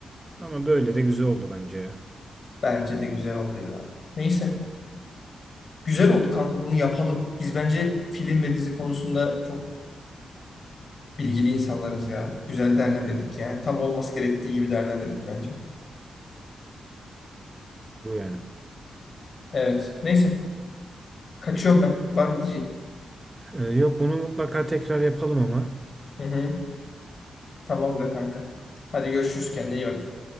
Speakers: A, on the right; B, on the left.
A: Ama böyle de güzel oldu bence ya.
B: Bence de güzel oldu ya. Neyse. Güzel oldu kanka bunu yapalım. Biz bence film ve dizi konusunda çok bilgili insanlarız ya. Güzel değerlendirdik yani. Tam olması gerektiği gibi değerlendirdik bence.
A: Bu yani.
B: Evet. Neyse. Kaçıyorum ben. Var mı diyecek?
A: Ee, yok bunu mutlaka tekrar yapalım ama.
B: Hı hı. Tamamdır kanka. Hadi görüşürüz kendine iyi bak.
A: Tamam.